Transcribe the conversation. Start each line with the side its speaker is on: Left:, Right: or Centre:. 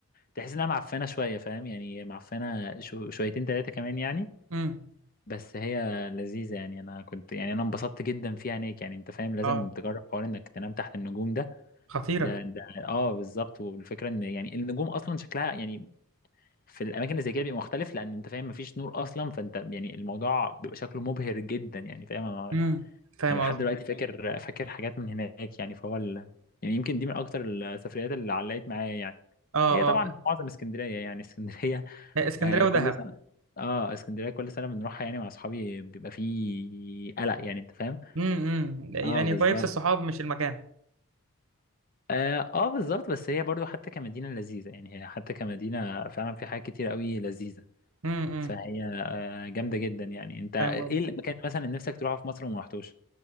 Left: تحس انها معفنه شويه فاهم يعني معفنه شو شويتين ثلاثه كمان يعني
Right: امم
Left: بس هي لذيذة يعني أنا كنت يعني أنا انبسطت جدا فيها عينيك يعني أنت فاهم لازم
Right: اه
Left: تجرب حوار إنك تنام تحت النجوم ده
Right: خطيرة
Left: ده ده أه بالظبط والفكرة إن يعني النجوم أصلا شكلها يعني في الأماكن اللي زي كده بيبقى مختلف لأن أنت فاهم مفيش نور أصلا فأنت يعني الموضوع بيبقى شكله مبهر جدا يعني فاهم أنا
Right: امم فاهم
Left: يعني لحد
Right: قصدي
Left: دلوقتي ايوه أيوة. فاكر فاكر حاجات من هناك يعني فهو ال... يعني يمكن دي من أكتر السفريات اللي علقت معايا يعني
Right: اه
Left: هي طبعا
Right: اه
Left: معظم اسكندرية يعني <laughs> اسكندرية
Right: آه، اسكندرية
Left: آه
Right: ودهب
Left: كل سنة اه اسكندرية كل سنة بنروحها يعني مع اصحابي بيبقى فيه قلق يعني انت فاهم
Right: امم امم يعني
Left: اه بالظبط
Right: فايبس الصحاب مش المكان
Left: اه آه، بالظبط بس هي برضو حتى كمدينة لذيذة يعني هي حتى كمدينة فعلا في حاجات كتير قوي لذيذة
Right: امم امم
Left: فهي جامدة جدا يعني انت ايه
Right: فاهم قصدي
Left: المكان مثلا اللي نفسك تروحه في مصر وما رحتوش